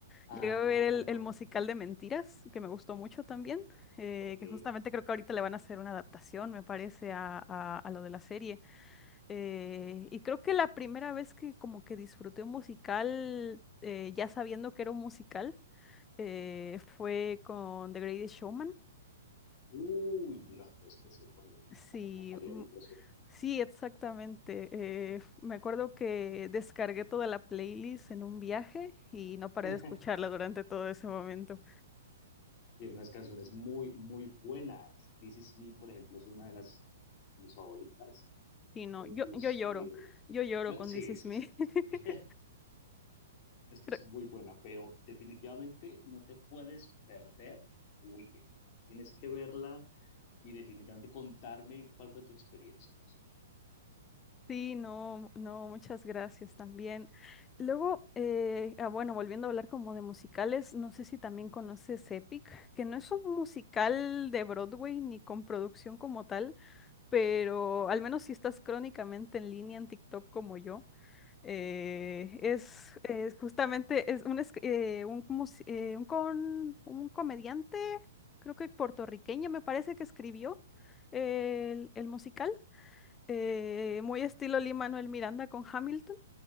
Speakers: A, on the left; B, on the left.
A: Ajá,
B: Llegué a ver el,
A: tal cual.
B: el musical de Mentiras, que me gustó mucho también, eh,
A: Ok.
B: que justamente creo que ahorita le van a hacer una adaptación, me parece, a, a- a lo de la serie. Eh, y creo que la primera vez que como que disfruté un musical, eh, ya sabiendo que era un musical, eh, fue con The Greatest Showman.
A: Uy, no, pues eso también
B: Sí,
A: es una calidad
B: mm,
A: impresionante.
B: sí, exactamente. Eh, f- me acuerdo que descargué toda la playlist en un viaje y no paré
A: <laughs>
B: de escucharla durante todo ese momento.
A: Tiene unas canciones muy, muy buenas. This Is Me, por ejemplo, es una de las mis favoritas.
B: Sí, no,
A: O
B: yo,
A: inclusive...
B: yo lloro, yo lloro
A: <laughs>
B: con
A: Sí,
B: This Is
A: sí,
B: Me.
A: sí, sí.
B: <laughs>
A: sí. <laughs> Es que
B: Pero-
A: es muy buena, pero definitivamente no te puedes perder Wicked. Tienes que verla y definitivamente contarme cuál fue tu experiencia.
B: Sí, no, no, muchas gracias también. Luego, eh, ah, bueno, volviendo a hablar como de musicales, no sé si también conoces Epic, que no es un musical de Broadway ni con producción como tal, pero al menos si estás crónicamente en línea en TikTok como yo. Eh, es, es justamente es un, es- eh, un, mus- eh, un, con- un comediante, creo que puertorriqueño me parece que escribió eh, el, el musical, eh, muy estilo Lin-Manuel Miranda con Hamilton,